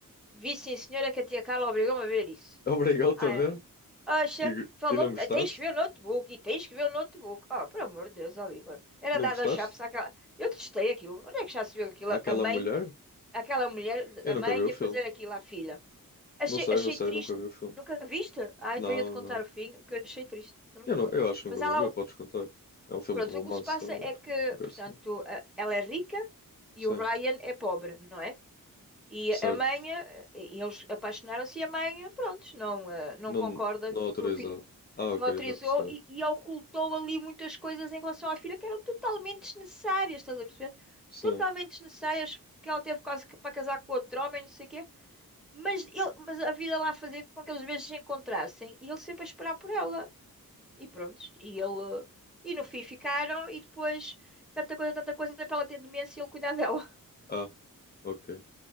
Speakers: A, in the centre; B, on the left (about 30°).
A: Vi sim, senhora, que a tia Carla obrigou-me a ver isso.
B: <laughs> Obrigado-te
A: Ah,
B: a ver?
A: oxa,
B: E,
A: falou-me,
B: e não gostaste?
A: "Ah, tens que ver o notebook e tens que ver o notebook. Oh, por amor de Deus, ó Igor. Era
B: Não
A: dado
B: gostaste?
A: aos chapos àquela. Eu testei aquilo. Onde é que já se viu aquilo?
B: Aquela
A: A mãe,
B: mulher?
A: aquela mulher,
B: Eu
A: a
B: nunca
A: mãe
B: vi o filme.
A: a fazer aquilo à filha. Achei,
B: Não sei,
A: achei
B: não sei,
A: triste.
B: nunca vi o filme.
A: Nunca viste? Ah,
B: Não,
A: então ia-te contar
B: não.
A: o fim, que eu achei triste. Então não
B: Eu, não,
A: conto.
B: eu acho que
A: Mas
B: nunca vou
A: há lá,
B: ver,
A: o-
B: podes contar. É um filme
A: pronto,
B: de romance
A: o que se passa
B: também.
A: é que,
B: Não quero
A: portanto,
B: saber.
A: a- ela é rica e
B: Sim,
A: o Ryan é pobre, não é? E
B: certo.
A: a mãe, eh, e eles apaixonaram-se e a mãe, pronto, não, eh, não
B: Não,
A: concorda
B: não autorizava.
A: pro filho,
B: Ah, ok,
A: não autorizou
B: já percebi.
A: e, e ocultou ali muitas coisas em relação à filha que eram totalmente desnecessárias, estás a perceber?
B: Sim.
A: Totalmente desnecessárias, porque ela teve quase que para casar com outro homem, não sei o quê. Mas, ele, mas a vida lá fazia com que eles às vezes se encontrassem e ele sempre a esperar por ela. E pronto, e ele. E no fim ficaram e depois tanta coisa, tanta coisa para ela ter demência e ele cuidar dela.
B: Ah, ok.